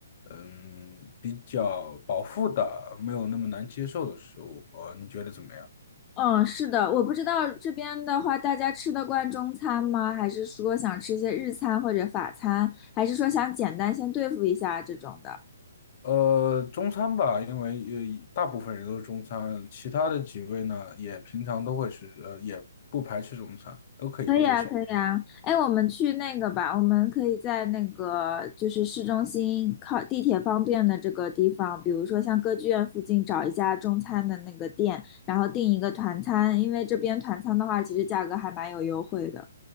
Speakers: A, on the left; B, on the left.
A: 嗯，比较饱腹的，没有那么难接受的食物。呃，你觉得怎么样？
B: 嗯，是的，我不知道这边的话，大家吃得惯中餐吗？还是说想吃一些日餐或者法餐，还是说想简单先对付一下这种的？
A: 呃，中餐吧，因为呃大部分人都是中餐，其他的几位呢也平常都会吃，呃，也不排斥中餐，都可以接受。
B: 可以啊，可以啊。哎，我们去那个吧，我们可以在那个就是市中心靠地铁方便的这个地方，比如说像歌剧院附近找一家中餐的那个店，然后订一个团餐，因为这边团餐的话，其实价格还蛮有优惠的。